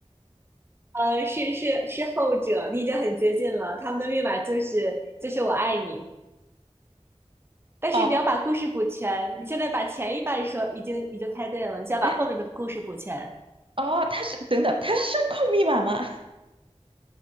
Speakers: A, on the right; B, on the right.
A: 呃，是是是后者，你已经很接近了，他们的密码就是就是我爱你。但是你要把故事补全。
B: 哦，
A: 你现在把前一半说已经已经猜对了，你就要把后面的故事补全
B: 哎，哦，它是等等，它是声控密码吗？<laughs>